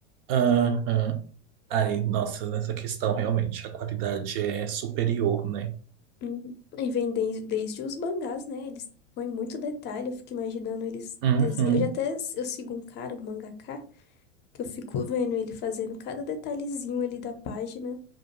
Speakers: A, on the right (about 55°); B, on the left (about 30°).
A: Aham. Aí, nossa, nessa questão, realmente, a qualidade é superior, né?
B: Hum, E vem des- desde os mangás, né? Eles põem muito detalhe, eu fico imaginando eles
A: Uhum.
B: desenham. Eu já até eu sigo um cara, um mangaka, que eu fico vendo ele fazendo cada detalhezinho ali da página